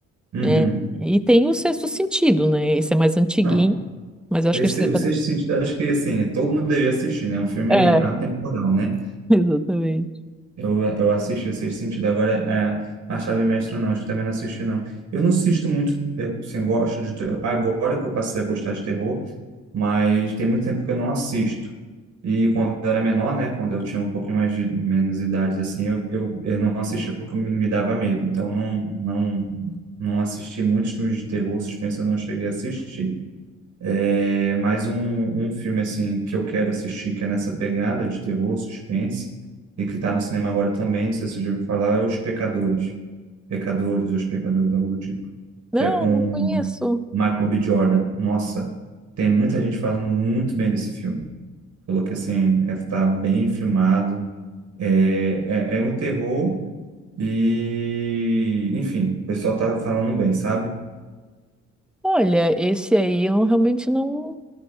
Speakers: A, on the right; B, in the centre.
A: Uhum.
B: É, e tem o Sexto Sentido, né? Esse é mais antiguinho
A: Não,
B: Mas eu
A: esse,
B: acho que a estrela
A: o
B: também.
A: Sexto Sentido, acho que assim, todo mundo devia assistir, né? É um filme
B: É,
A: atemporal, né?
B: <laughs> exatamente.
A: Eu, eu eu assisti o Sexto Sentido, agora é, a chave mestra não, acho que também não assisti, não. Eu não assisto muito, eu, assim, eu gosto de. ter- Agora que eu passei a gostar de terror, mas tem muito tempo que eu não assisto. E quando eu era menor, né, quando eu tinha um pouquinho mais de menos idades assim, eu, eu, eu não assistia porque me me dava medo. Então não não não assisti muitos filmes de terror, suspense, eu não cheguei a assistir. É, mas um, um filme assim que eu quero assistir que é nessa pegada de terror, suspense e que está no cinema agora também, não sei se você já ouviu falar, é Os Pecadores. Pecadores, Os Pecadores, algo do tipo.
B: Não,
A: Que é com
B: não conheço.
A: Michael B. Jordan. Nossa, tem muita gente falando muito bem desse filme. Falou que assim, é, tá bem filmado. É, é, é um terror e, enfim, o pessoal tá falando bem, sabe?
B: Olha, esse aí eu realmente não.